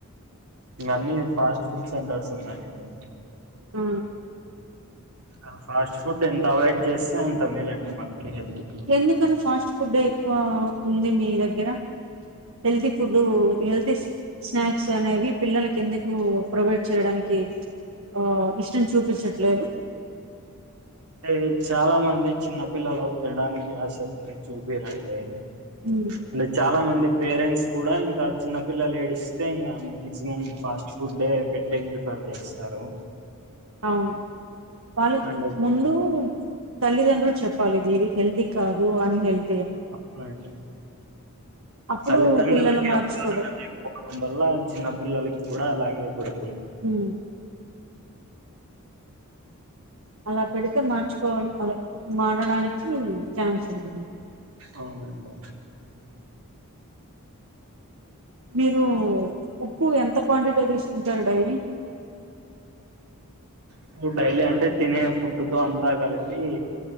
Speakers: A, on the right; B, on the right.
A: ఇగ అన్నీ ఫాస్ట్ ఫుడ్ సెంటర్స్ ఉన్నాయండి.
B: ఆ
A: ఇంకా ఫాస్ట్ ఫుడ్ ఎంత అవాయిడ్ చేస్తే అంత మేలండి మనకి హెల్త్ కి
B: ఎందుకని ఫాస్ట్ ఫుడ్డే ఎక్కువ ఉంది మీ దగ్గర. హెల్తీ ఫుడ్ హెల్తీ స్నాక్స్ అనేవి పిల్లలకి ఎందుకు ప్రొవైడ్ చేయడానికి కి ఇష్టం చూపించట్లేదు.
A: అంటే చాలా మంది చిన్న పిల్లలు తినడానికి ఆసక్తి చూపియరండి.
B: ఉమ్,
A: అంటే చాలా మంది పేరెంట్స్ కూడా ఇంకా చిన్నపిల్లలు ఏడిస్తే ఇంగా మాక్సిమం ఫాస్ట్ ఫుడ్డే పెట్టేకి ప్రిఫర్ చేస్తారు.
B: అవును వాళ్ళని
A: అండ్
B: ముందు తల్లిదండ్రులు చెప్పాలి ఇది హెల్దీ కాదు అన్ హెల్
A: అ <unintelligible>
B: అప్పుడు
A: తల్లితండ్రులకి
B: పిల్లలు
A: <inaudible>
B: మార్చుకోవడం
A: కొందరి వల్లా చిన్న పిల్లకి కూడా అలాగే ఇప్పుడు.
B: హ్ అలా పెడితే మార్చుకోవా మారడానికి ఛాన్స్ ఉంటుంది.
A: అవునండి.
B: మీరు ఉప్పు ఎంత క్వాంటిటీలో తీసుకుంటారు డైలీ.
A: ప్పు డైలీ అంటే తినే ఫుడ్ తో అంతా కలిపి